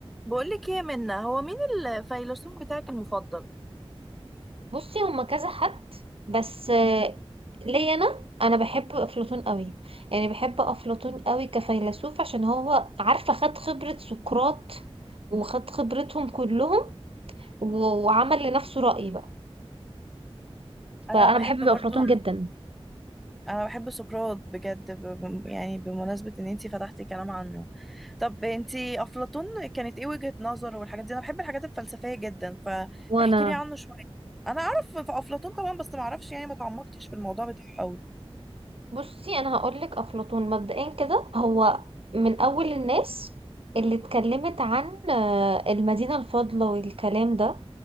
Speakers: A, in the centre; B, on the right.
A: بقولك ايه منا هو مين الفيلسوف بتاعك المفضل
B: بصي هما كذا حد بس آه، ليا انا انا بحب افلاطون قوي يعني بحب افلاطون قوي كفيلسوف عشان هو عارفه خد خبره سقراط وخد خبرتهم كلهم و- وعمل لنفسه رأي بقى
A: انا
B: فانا
A: بحب
B: بحب افلاطون
A: برضو
B: جدا
A: انا بحب سقراط بجد ب... ب- يعني بمناسبة ان انتي فتحتي كلام عنه طب انتي افلاطون كانت ايه وجهة نظره والحاجات دي انا بحب الحاجات الفلسفية جدا فاحكي
B: وانا
A: لي عنه شوية انا اعرف في افلاطون طبعا بس ما اعرفش يعني ما تعمقتش في الموضوع بتاعه قوي
B: بصي انا هقولك افلاطون مبدئيا كده هو من اول الناس اللي اتكلمت عن آه، المدينة الفاضلة والكلام ده